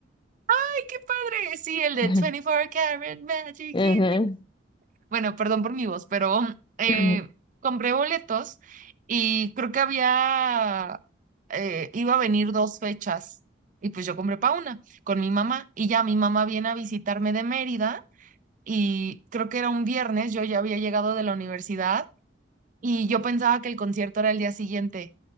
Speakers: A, on the right; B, on the left.
A: ¡Ay, qué padre! Sí, el de
B: <laughs>
A: 24 Karat Magic
B: Ajá.
A: in bueno, perdón por mi voz, pero eh,
B: <laughs>
A: compré boletos y creo que había, eh, iba a venir dos fechas y pues yo compré para una con mi mamá y ya mi mamá viene a visitarme de Mérida y creo que era un viernes, yo ya había llegado de la universidad y yo pensaba que el concierto era el día siguiente